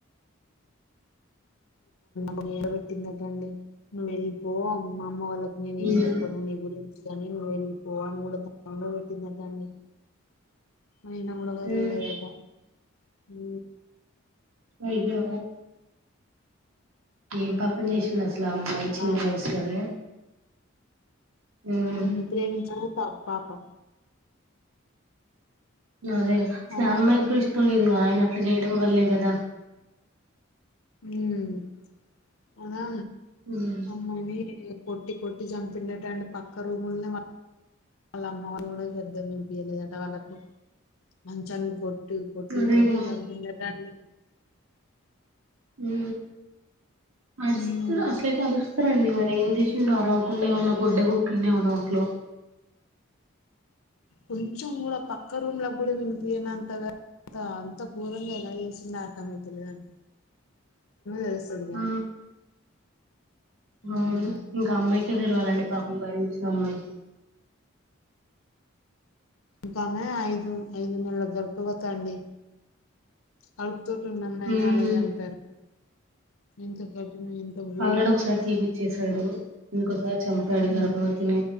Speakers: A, on the left (about 80°); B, on the right (about 75°).
A: మ్ ఏరబెట్టిందిటండి నువ్వు వెళ్ళిపో మా అమ్మ వాళ్ళ నేనే
B: హ్మ్.
A: ఏం చెప్పను నీ గురించి కాని నువ్వు వెళ్ళి పోవని కూడా దనంగా పెట్టిందట అండి అయినా కూడా వదల
B: హ్మ్.
A: లేదట ఉ
B: అయ్యో ఏ పాపం చేేసిడో ఇట్లా అమ్మాయి
A: ఇంకా
B: చిన్న
A: అందరూ
B: వయసులోనే హ్మ్.
A: వాని ప్రేమించడమే పా పాపం
B: అదే అట్లా
A: అలా
B: అమ్మాయికి కూడా ఇష్టం లేదు ఆయన అట్లా చేయడం వల్లే కదా
A: ఉ అదా
B: హ్మ్.
A: అమ్మ నీ కొట్టి కొట్టి చంపిండట పక్క రూముల్నే వాళ్ళ అమ్మ వాళ్ళ కూడా శబ్దం వినిపియలేదట వాళ్ళకు మంచాన్ని కొట్టి కొట్టి
B: అదేగా!
A: కొట్టి చంపిండంట అని
B: ఉ అరిస్త
A: ఉమ్
B: అసలైతే అరుస్తే అరుస్తారండీ మరి ఏం చేసిండో ఆ రావకుండా ఏమైన్నా గుడ్డ కుక్కిండో ఏమైనా నోట్లో
A: కొంచెం కూడా పక్క రూమ్ లా కూడా వినిపియనతంగ అ అంత గోరంగా ఎలా చేసిండో అర్థమైతలేదండి తెలుస్తది గాని
B: ఆ
A: ఉమ్
B: అవును ఇంకా అమ్మాయికే తెలివాలండి పాపం భరించిన అమ్మాయికి
A: ఇంకా ఆమె ఐదు ఐదు నెలల గర్భవత అండి కడుపుతో ఉన్న అమ్మాయినే
B: ఉమ్,
A: అలా చంపారు ఎంత కఠిన ఘోరం
B: ఆల్రెడీ ఒకసారి తీపిచ్చేసాడు ఇంకోసారి చంపాడు గర్భవతిని
A: ఉమ్